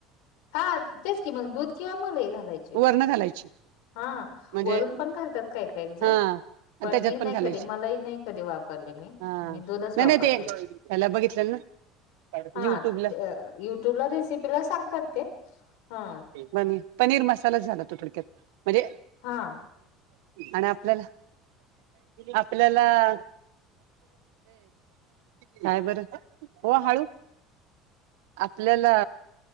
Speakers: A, on the left; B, on the right.
A: हा तेच की मग दूध किंवा मलई घालायची.
B: पुन्हा घालायची?
A: हां
B: म्हणजे
A: वरून पण घालतात काय एक जणं.
B: हा आणि
A: पण
B: त्याच्यात
A: मी नाही
B: घालायची
A: कधी मलाई नाही कधी वापरली मी,
B: हा
A: मी दूधच
B: नाही
A: वापरते.
B: नाही ते ह्याला बघितलेलं ना
A: हा
B: युट्यूबला
A: त युट्यूबला रेसिपी ला सांगतात ते. हा
B: पनी पनीर मसाला झाला तो थोडक्यात म्हणजे
A: हा
B: आण आ पल्याला आपल्याला काय बरं वो हळू आपल्याला